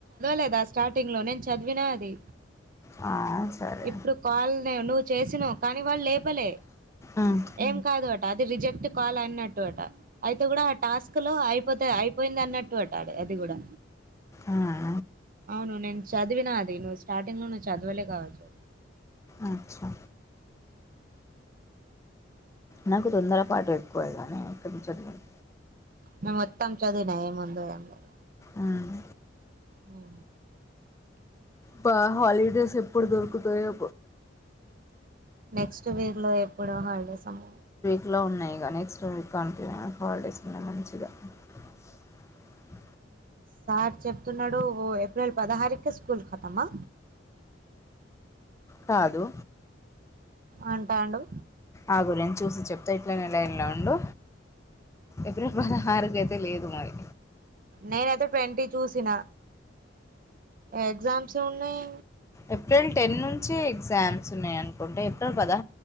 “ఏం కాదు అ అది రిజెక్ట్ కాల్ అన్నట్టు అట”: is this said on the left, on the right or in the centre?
Right